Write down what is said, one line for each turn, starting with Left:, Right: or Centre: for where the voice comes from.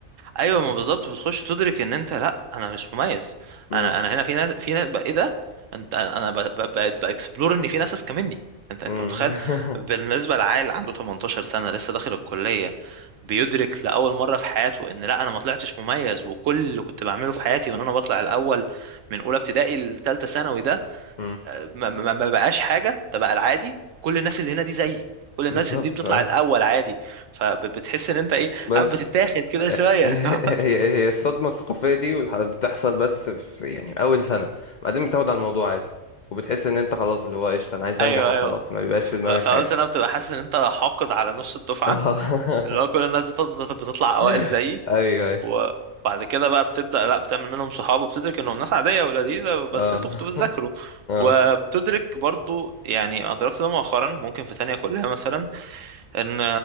Right: ايوه ما بالظبط بتخش تدرك ان انت لا انا مش مميز
Left: امم
Right: انا انا هنا في ناس في ناس بقى ايه ده انت انا ب- ب- بقيت باكسبلور ان في ناس اذكى مني انت انت
Left: امم
Right: متخيل بالنسبه لعيل عنده 18 سنه لسه داخل الكليه بيدرك لاول مره في حياته ان لا انا ما طلعتش مميز وكل اللي كنت بعمله في حياتي وان انا بطلع الاول من اولى ابتدائي لثالثه ثانوي ده
Left: <laughs>
Right: آه، ما ما- ما بقاش حاجه ده بقى العادي كل الناس اللي هنا دي زيي كل الناس
Left: بالظبط
Right: دي بتطلع
Left: اه
Right: الاول عادي فبتحس ان انت ايه
Left: بس
Right: عارف بتتاخد كده شويه
Left: هي
Right: <laughs>
Left: هي هي الصدمة الثقافية دي والح- بتحصل بس في يعني أول سنة بعدين بتاخد على الموضوع عادي وبتحس إن أنت خلاص اللي هو قشطة أنا عايز
Right: ايوه
Left: أنجح وخلاص
Right: ايوه
Left: ما بيبقاش في دماغك
Right: ف- فاول
Left: حاجة
Right: سنه بتبقى حاسس ان انت حاقد على نص الدفعه
Left: اه
Right: اللي هو كل الناس بتط- بتط- بتطلع اوائل
Left: <laughs>
Right: زيي
Left: أيوه أيوه
Right: وبعد كده بقى بتبدا لا بتعمل منهم صحاب وبتدرك انهم ناس عاديه ولذيذه بس
Left: اه
Right: انتوا
Left: <laughs>
Right: كنتوا بتذاكروا
Left: اه
Right: وبتدرك برضو يعني ادركت ده مؤخرا ممكن في تانية كلها مثلا ان